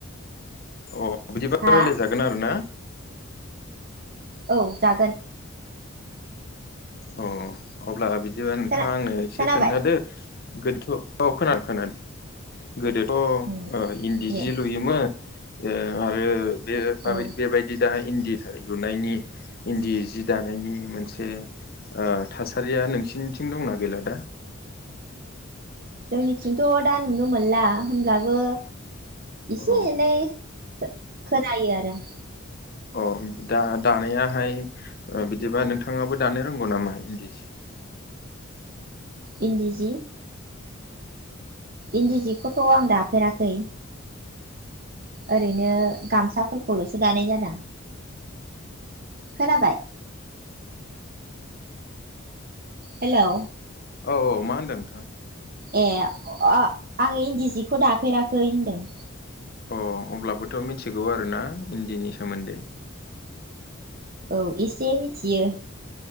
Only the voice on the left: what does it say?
अह। दिबा
रायलायजागोन आरोना।
अ अब्लाना बिद बिदिबा नोंथाङा
आंनो एसे
खोन्थादो। गोदोथ' औ खोना-खोनादों। गोदोथ' ओ
इन्दि
जि लुयोमोन। ओ आरो। बे
बेबायदि दा इन्दि। लुनायनि इन्दि जि दानायनि मोनसे ओ थासारिया नोंसिनिथिं दंना गैला दा।
अ
अ दा दानायाहाय ओ बिदिबा नोंथाङाबो दानो रोंगौ नामा इन्दि सि
औ औ मा होनदों नोंथां?
अ अब्लाबोथ' मिथिगौ आरोना इन्दिनि सोमोन्दै।